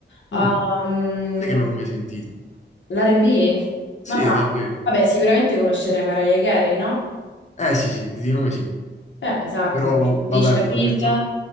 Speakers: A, on the left; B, on the left.
A: Ehm,
B: Mm, sai che non l'ho mai sentito.
A: l'R&B?
B: Sì,
A: Ma va,
B: davvero.
A: vabbè, sicuramente conoscerei Mariah Carey, no?
B: Eh sì, sì, di nome sì.
A: Eh, esatto,
B: Però,
A: ma
B: vabbè,
A: Alicia Keys.
B: ho detto,